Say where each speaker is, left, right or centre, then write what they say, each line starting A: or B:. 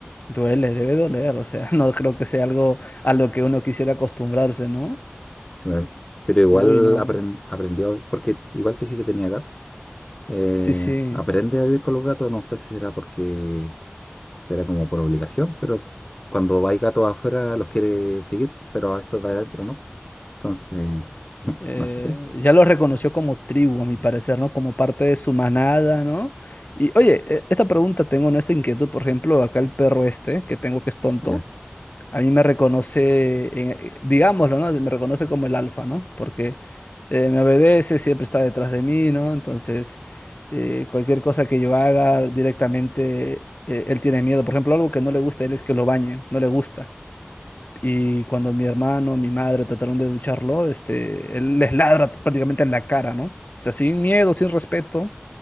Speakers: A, on the left; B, on the left.
A: Duele, debe doler, o sea, <laughs> no creo que sea algo a lo que uno quisiera acostumbrarse, ¿no?
B: claro. Pero igual
A: Uy, no,
B: apren-
A: no.
B: aprendió, porque igual te dije que tenía gato. Eh,
A: Sí, sí.
B: aprende a vivir con los gatos, no sé si será porque será como por obligación, pero cuando hay gatos afuera los quiere seguir, pero a estos de adentro no. Entonces, <laughs>
A: eh,
B: no sé,
A: ya lo reconoció como tribu, a mi parecer, ¿no? Como parte de su manada, ¿no? Y oye, e- esta pregunta tengo, ¿no? Esta inquietud, por ejemplo, acá el perro este, que tengo que es tonto.
B: ya,
A: A mí me reconoce, en- eh, digámoslo, ¿no? Me reconoce como el alfa, ¿no? Porque eh, me obedece, siempre está detrás de mí, ¿no? Entonces, eh, cualquier cosa que yo haga directamente, eh, él tiene miedo. Por ejemplo, algo que no le gusta a él es que lo bañen, no le gusta. Y cuando mi hermano, mi madre trataron de ducharlo, este, él les ladra t- prácticamente en la cara, ¿no? O sea, sin miedo, sin respeto,